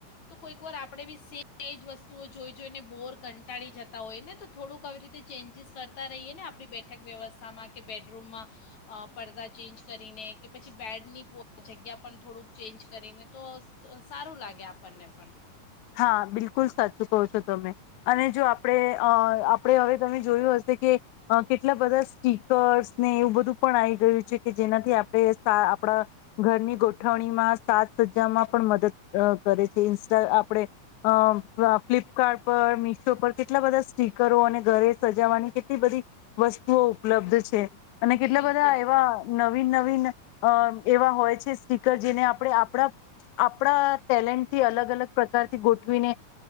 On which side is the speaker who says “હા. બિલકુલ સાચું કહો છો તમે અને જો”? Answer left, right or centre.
Left